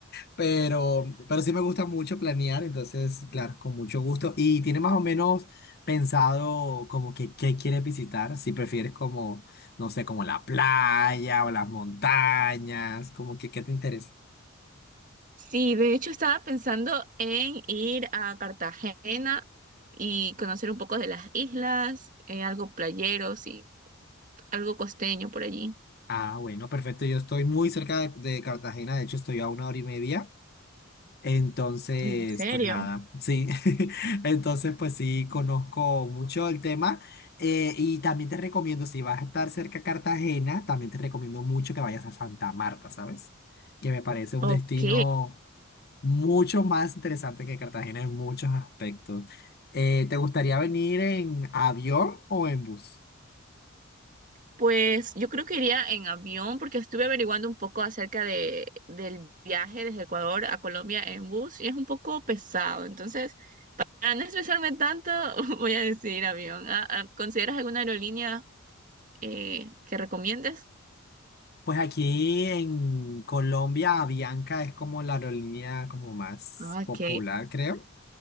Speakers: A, on the left; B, on the right.
A: pero, pero sí me gusta mucho planear, entonces, claro, con mucho gusto. ¿Y tiene más o menos pensado como que qué quieres visitar? Si prefieres como, no sé, como la playa o las montañas, como que qué te interesa.
B: Sí, de hecho estaba pensando en ir a Cartagena y conocer un poco de las islas, eh, algo playeros y algo costeño por allí.
A: Ah, bueno, perfecto, yo estoy muy cerca de, de Cartagena, de hecho estoy a una hora y media. Entonces,
B: ¿En serio?
A: pues nada, sí. <laughs> Entonces, pues sí, conozco mucho el tema. eh, y también te recomiendo, si vas a estar cerca a Cartagena, también te recomiendo mucho que vayas a Santa Marta, ¿sabes? Que me parece un
B: Ok,
A: destino mucho más interesante que Cartagena en muchos aspectos. Eh, ¿te gustaría venir en avión o en bus?
B: pues yo creo que iría en avión porque estuve averiguando un poco acerca de, del viaje desde Ecuador a Colombia en bus y es un poco pesado. Entonces, para no estresarme tanto, <laughs> voy a decidir avión. Ah, ah, ¿Consideras alguna aerolínea eh, que recomiendes?
A: Pues aquí en Colombia, Avianca es como la aerolínea como más
B: Ok,
A: popular, creo.